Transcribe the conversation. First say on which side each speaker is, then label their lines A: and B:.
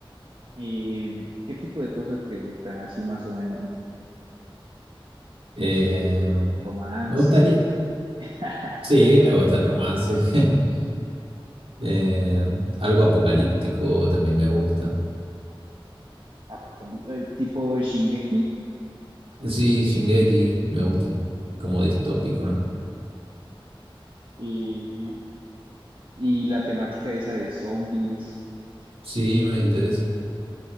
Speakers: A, on the right (about 60°); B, on the right (about 85°).
A: Eh, ¿qué tipo de cosas te gustan? Así más o menos,
B: Eh,
A: no sé, romance,
B: me gustaría,
A: <laughs>
B: sí, me gusta el romance. <laughs> Eh, algo apocalíptico también me gusta.
A: apocalí- eh, tipo Shingeki.
B: Sí, Shingeki me gusta. Como distópico, ¿no?
A: eh, y la temática esa de zombies.
B: Sí, me Sí. interesa.